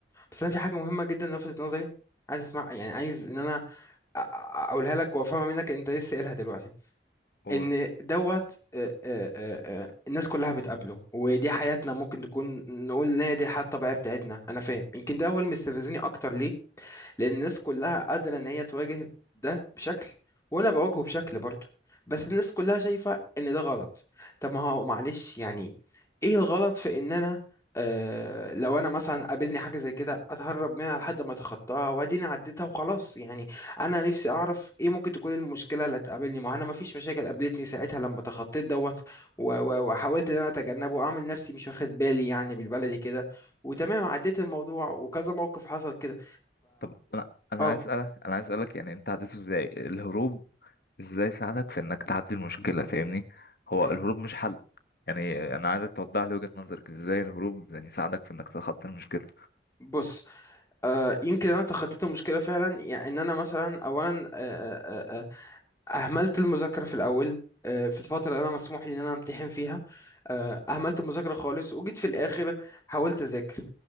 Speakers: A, on the left; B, on the left.
A: بس انا في حاجه مهمه جدا لفتت نظري عايز اسمع يعني عايز ان انا أ- أ- اقولها لك وافهمها منك انت لسه قايلها دلوقتي
B: قول
A: ان دوت آه، آه، آه، آه، الناس كلها بتقابله ودي حياتنا ممكن تكون نقول ان هي دي الحياه الطبيعيه بتاعتنا انا فاهم يمكن ده هو اللي مستفزني اكتر ليه لان الناس كلها قادره ان هي تواجه ده بشكل وانا بواجهه بشكل برضه بس الناس كلها شايفه ان ده غلط طب ما هو معلش يعني ايه الغلط في ان انا آه لو انا مثلا قابلني حاجه زي كده اتهرب منها لحد ما اتخطاها واديني عديتها وخلاص يعني انا نفسي اعرف ايه ممكن تكون المشكله اللي هتقابلني ما هو انا ما فيش مشاكل قابلتني ساعتها لما تخطيت دوت و- و- وحاولت ان انا اتجنبه واعمل نفسي مش واخد بالي يعني بالبلدي كده وتمام عديت الموضوع وكذا موقف حصل كده
B: طب انا انا
A: اه
B: عايز اسالك انا عايز اسالك يعني انت عديته ازاي الهروب ازاي ساعدك في انك تعدي المشكله فاهمني هو
A: مم.
B: الهروب مش حل يعني انا عايزك توضح لي وجهه نظرك ازاي الهروب يعني ساعدك في انك تتخطى المشكله
A: بص آه يمكن انا تخطيت المشكله فعلا يعني ان انا مثلا اولا آه آه آه اهملت المذاكره في الاول آه في الفتره اللي انا مسموح لي ان انا امتحن فيها آه اهملت المذاكره خالص وجيت في الاخر حاولت اذاكر